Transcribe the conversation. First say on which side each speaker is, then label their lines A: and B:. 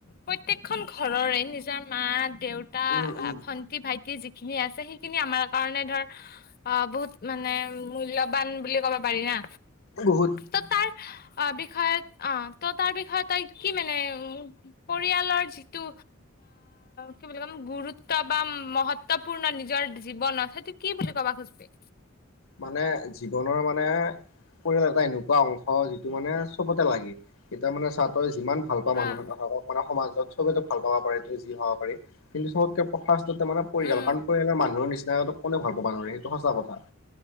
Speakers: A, on the left; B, on the left.
A: প্ৰত্যয়েকখন ঘৰৰে নিজৰ মা দেউতা
B: উম
A: বা
B: উম
A: ভন্টি ভাইটি যিখিনি আছে। সেইখিনি আমাৰ কাৰণে ধৰ অ বহুত মানে মূল্যবান বুলি ক'ব পাৰি না।
B: বহুত
A: ত তাৰ বিষয়ত অ তো তাৰ বিষয়ে তই কি মানে পৰিয়ালৰ যিটো কি বুলি কম গুৰুত্ব বা মহত্বপূৰ্ণ নিজৰ জীৱনত সেইটো কি বুলি কবা খুজছে।
B: মানে জীৱনৰ মানে পৰিয়ালৰ এটা এনেকুৱা অংশ যিটো মানে চবতে লাগে এতিয়া মানে চা তই। যিমান ভাল পোৱা মানুহ
A: আহ
B: নাথাকক মানে সমাজত চবেতো ভাল পাব পাৰে ত যি হব পাৰে কিন্তু চবতকে ফাৰ্ষ্টতটে মানে পৰিয়াল
A: উম
B: কাৰণ পৰিয়ালৰ মানুহৰ নিচিনা কোনে ভাল পাবা নোৱাৰে সেইটো সঁচা কথা।